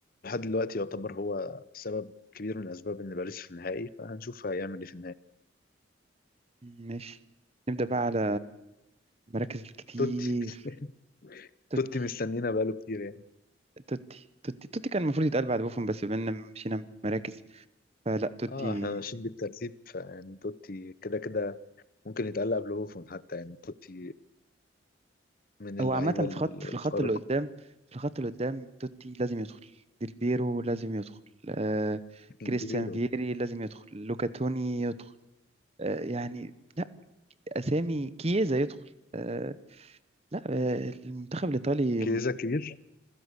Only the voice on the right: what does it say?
مم، ماشي نبدأ بقى على المراكز الكتير
توتي
توتي توتي توتي كان المفروض يتقال بعد بوفون بس بما إننا مشينا مراكز فلا توتي
هو
عامة في خط في
الخط اللي قدام في الخط اللي قدام توتي لازم يدخل ديلبيرو لازم يدخل آه
كريستيان فييري لازم يدخل لوكا توني يدخل آه يعني لا أسامي كييزا يدخل آه لا آه المنتخب الإيطالي
من-